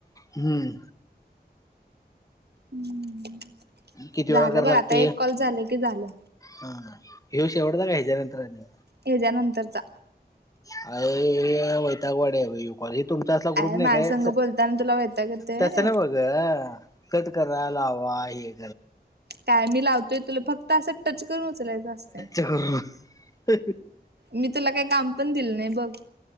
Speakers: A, on the left; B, on the right.
A: हम्म
B: ह्
A: किती
B: झालं
A: वेळा कराय
B: बघ
A: लागतय
B: आता एक कॉल झालं की झालं
A: हा हूशेवढाता का ह्याच्यानंतरनी
B: येद्या नंतरचा
A: अ वैतागवाडे आहे र हे तुमचा असला
B: अय
A: ग्रुप
B: माझ्या
A: नाही काय
B: संघ बोलताना तुला वैताग येतोय व्हय
A: तसं
B: रे.
A: नाही बघ कट करा लाव हो आहे
B: काय मी लावतोय तुला फक्त असं टच करून उचलायचं असत
A: ह हा ह
B: मी तुला काही काम पण दिलं नाही बघ